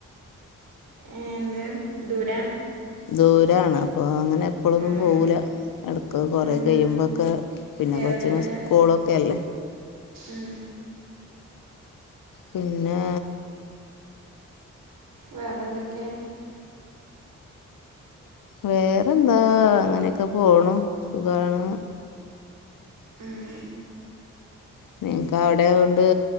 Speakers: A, on the right; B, on the left.
A: ഏഹ് എന്ത് ദൂരാ
B: ദൂരാണ് അപ്പൊ അങ്ങനെ എപ്പൊളൊന്നും
A: ആഹ്
B: പോവൂല, എടക്ക് കൊറേ
A: ആഹ്
B: കഴിയുമ്പോക്കെ, പിന്നെ
A: എവിടെ
B: കൊച്ചിന്
A: വരാ
B: സ്കൂളൊക്കെ അല്ലേ
A: ഉം
B: പിന്നെ
A: വേറെന്തൊക്കെയാ?
B: വേറെന്താ, അങ്ങനെയൊക്കെ പോണു, സുഖാണ്
A: ഉം
B: നിങ്ങക്ക് അവിടെയായോണ്ട്